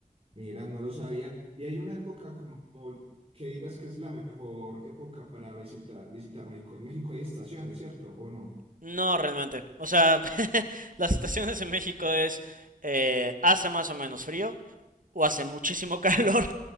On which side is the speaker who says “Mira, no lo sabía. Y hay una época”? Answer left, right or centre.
Right